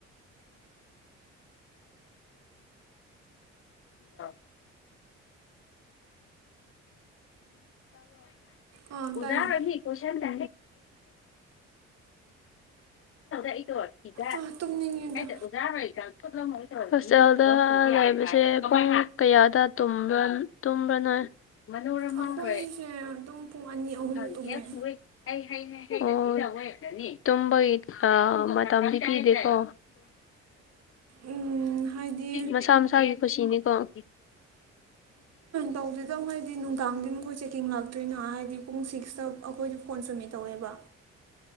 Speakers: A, on the left; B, on the right.
A: ꯑ
B: ꯑꯥ
A: ꯎꯝꯖꯥ
B: ꯇꯥꯏꯌꯦ
A: ꯄꯣꯁꯗꯤꯂꯗ ꯑꯩ ꯇꯣ ꯏꯗ
B: ꯑꯥ ꯇꯨꯝꯅꯤꯡꯉꯦꯗ
A: ꯀ ꯑꯣꯖꯥ ꯑꯣꯏ ꯀ ꯍꯣꯁꯇꯦꯜꯗ ꯂꯩꯕꯁꯦ ꯄꯨꯡ ꯀꯌꯥꯗ ꯇꯨꯝꯕ꯭ꯔꯅꯣꯏ ꯃꯅꯣꯔꯃ
B: ꯑꯩꯈꯣꯏꯁꯦ
A: ꯍꯣꯏ
B: ꯑꯗꯨꯝ ꯄꯨꯡ ꯑꯅꯤ ꯑꯍꯨꯝꯗ
A: ꯍꯪ
B: ꯇꯨꯝꯃꯦ
A: ꯍꯦ ꯁꯏ ꯑꯩ ꯍꯥꯏꯅ ꯑꯣ ꯇꯝꯕ ꯃꯇꯝꯗꯤ ꯄꯤꯗꯦꯀꯣ
B: ꯎꯝ ꯍꯥꯏꯗꯤ
A: ꯃꯁꯥ ꯃꯁꯥꯕꯤ ꯈꯨꯁꯤꯅꯤ ꯀ
B: ꯇꯧꯗꯔꯤꯒ ꯍꯥꯏꯗꯤ ꯅꯨꯡ ꯇꯥꯡꯗꯤ ꯃꯈꯣꯏ ꯆꯦꯛꯀꯤꯡ ꯂꯥꯛꯇꯣꯏꯅꯣ ꯍꯥꯏꯗꯤ ꯄꯨꯡ ꯁꯤꯛꯁꯇ ꯑꯩꯈꯣꯏꯗꯤ ꯐꯣꯟ ꯆꯨꯝꯃꯤ ꯇꯧꯋꯦꯕ